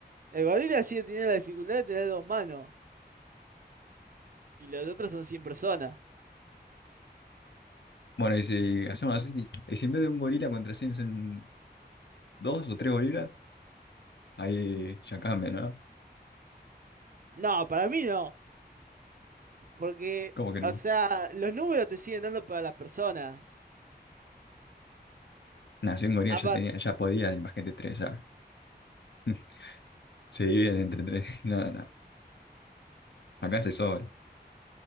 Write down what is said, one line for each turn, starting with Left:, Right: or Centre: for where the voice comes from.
Right: El gorila sigue teniendo la dificultad de tener dos manos. Y los otros son 100 personas.
Left: Bueno, y si hacemos así, y si en vez de un gorila contra en dos o tres gorilas, ahí ya cambia, ¿no?
Right: No, para mí no. Porque,
Left: ¿Cómo que no?
Right: o sea, los números te siguen dando para las personas.
Left: Nada, si un gorila
Right: Apa-
Left: ya tenía, ya podía, imagínate tres, ya. <laughs> Se dividen entre tres. <laughs> No, no. Acá se sobra.